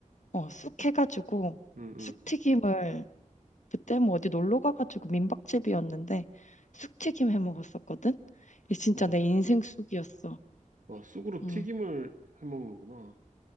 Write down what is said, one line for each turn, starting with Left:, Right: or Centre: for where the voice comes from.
Left: 어, 쑥 해가지고
Right: 응,
Left: 쑥튀김을
Right: 응.
Left: 그때 뭐 어디 놀러 가가지고 민박집이었는데 쑥튀김 해 먹었었거든. 이게 진짜
Right: 와,
Left: 내 인생 쑥이었어.
Right: 와, 쑥으로
Left: 음.
Right: 튀김을 해 먹는구나.